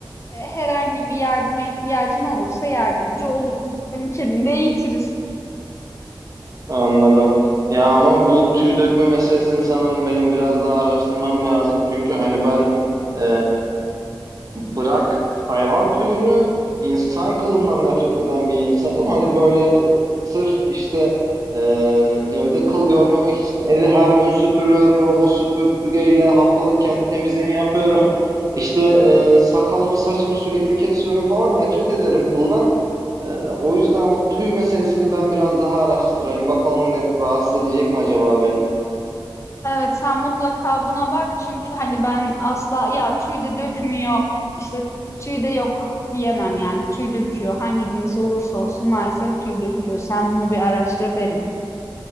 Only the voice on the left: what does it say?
e, herhangi bir yardıma ihtiyacın olursa yardımcı oluruz. Senin kedini de eğitiriz.
Evet sen mutlaka buna bak çünkü hani ben asla ya tüy de dökmüyor işte tüy de yok diyemem yani tüy döküyor hangi cins olursa olsun maalesef tüy döküyor sen bunu bir araştır derim.